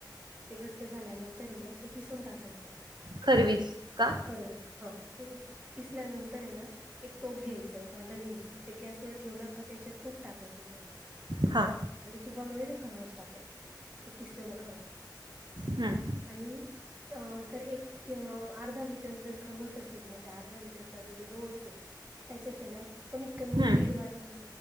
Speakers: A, on the right; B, on the right.
A: ते घट्ट झाल्यानंतर ना, ते खिसून टाकायचं.
B: खरवीस का?
A: खरवस हा. किसल्यानंतर आहे ना. एक टोप घ्यायच एक भांडं घ्यायचं ते गॅसवर ठेवलं का त्याच्यात तूप टाकायचं थोडं.
B: हा.
A: आणि तुपामध्ये ते खरवस टाकायचं, ते किसलेलं खरवस.
B: हम.
A: आणि. अ जर एक अर्धा लिटर जर खरवस असेल म्हणजे अर्धा लिटरचा दुध डो असेल. त्याच्यात आहे ना, कमीत कमी
B: हं,
A: दीड वाटी.